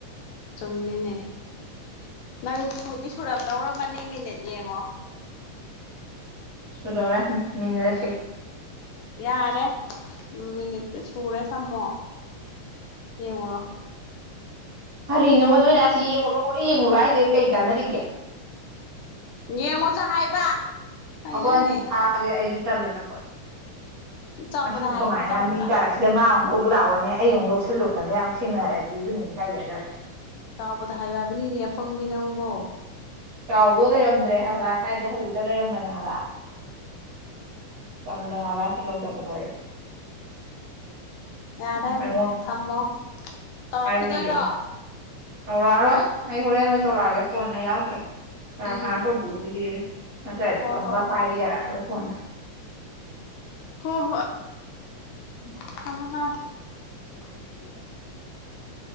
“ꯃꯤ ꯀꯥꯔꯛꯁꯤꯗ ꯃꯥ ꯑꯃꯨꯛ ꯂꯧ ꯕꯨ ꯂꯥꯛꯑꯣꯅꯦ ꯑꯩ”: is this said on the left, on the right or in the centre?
Right